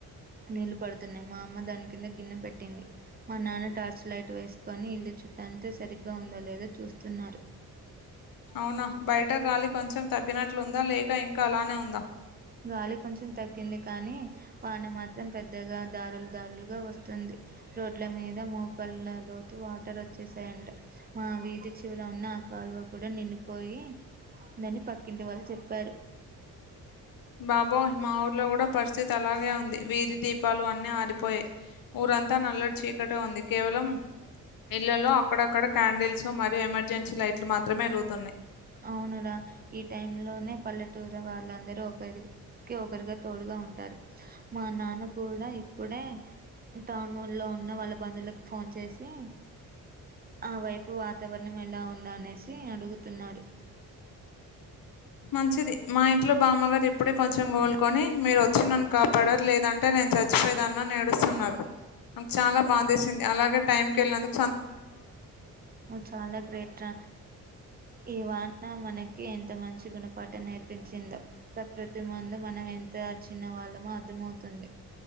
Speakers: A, on the right; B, on the left.
A: నీళ్లు పడుతున్నాయి మా అమ్మ దాని కింద గిన్నె పెట్టింది మా నాన్న టార్చ్ లైట్ వేసుకొని ఇల్లు చుట్టంత సరిగ్గా ఉందోలేదో చూస్తున్నారు
B: అవునా బయట గాలి కొంచెం తగ్గినట్లుందా లేక ఇంకా అలానే ఉందా
A: గాలి కొంచెం తగ్గింది కానీ వాన మాత్రం పెద్దగా దారలు దారలుగా వస్తుంది రోడ్ల మీద మోకళ్ల లోతు వాటర్ వచ్చేసాయంట మా వీధి చివర ఉన్న ఆ కాల్వ కూడా నిండిపోయి దని పక్కింటి వాళ్ళు చెప్పారు
B: బాబోయ్ మా ఊర్లో కూడా పరిస్థితి అలాగే ఉంది వీధి దీపాలు అన్ని ఆరిపో పోయి ఊరంతా నల్లటి చీకటే ఉంది కేవలం ఇళ్లలో అక్కడక్కడ క్యాండిల్స్ మరియు ఎమర్జెన్సీ లైట్లు మాత్రమే వెలుగుతున్నాయి
A: అవునుర ఈ టైం లోనే పల్లెటూరు వాళ్ళందరూ ఒకరి కె ఒకరిగా తోడుగా ఉంటారు మా నాన్న కూడా ఇప్పుడే టౌన్లో ఉన్న వాళ్ళ బంధువులకు ఫోన్ చేసి ఆ వైపు వాతావరణం ఎలా ఉందా అనేసి అడుగుతున్నారు
B: మంచిది మా ఇంట్లో బామగారు ఇప్పుడే కొంచెం కోల్కొని మీరు వచ్చి నన్ను కాపాడరు లేదంటే నేను చచ్చిపోయే దాన్ని అని ఏడుస్తున్నారు నాక్ చాలా బాధేసింది అలాగే టైం కెళ్ళినందు
A: నువ్వు చాలా గ్రేట్ర ఇవాన్ మనకి ఎంత మంచి గుణపాఠం నేర్పించిందో ప్రకృతి ముందు మనం ఎ త చిన్న వాళ్ళమో అర్థమవుతుంది